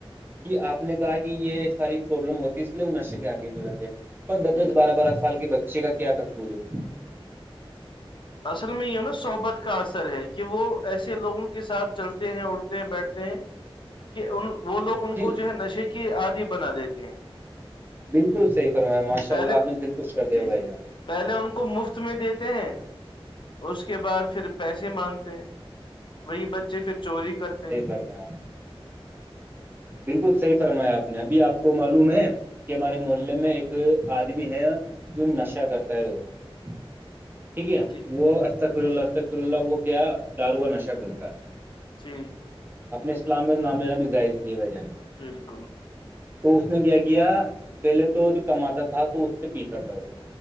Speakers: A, on the right (about 20°); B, on the left (about 55°).
A: کہ آپ نے کہا کہ یہ ساری پروابلم ہوتی ہے اس لیے وہ نشے کے آدین ہو جاتے ہیں پ دس
B: جی
A: دس بارہ بارہ سال کے بچے کا کیا کصور ہے
B: اصل میں یہ نا صحبت کا اثر ہے کہ وہ ایسے لوگوں کے ساتھ چلتے ہیں اتے بیٹھتے ہیں کہ ان وہ لوگ ان
A: جی
B: کو جو ہے نشے کی آدی بنا دیتے ہیں
A: بالکل صحی فرمایا ماشاء
B: پہلے
A: اللہ آپ نے دل خوش کر دیا
B: جی
A: بھائی
B: جی
A: جان
B: پہلے ان کو مفت میں دیتے ہیں اس کے بعد پھر پیسے مانگتے ہیں وہی بچے پھر چوری کرتے ہیں
A: کر میں بالکل صحیح فرمایا آپ نے ابھی آپ کو معلوم ہے کہ ہمارے محلے میں ایک آدمی ہے جو نشہ کرتا ہے وہ <inaudible> ٹھیک ہے
B: جی
A: وہ استقفر اللہ استکفر اللہ وہ کیا داروا نشہ کرتا ہے
B: جی
A: اپنے اسلام میں نام لینا بھی ظاہز نہیں ہے بھائی جان
B: بالکل
A: تو اس نے کیا کیا پہلے تو جو کماتا تھا تو اس سے پیتا تھا وہ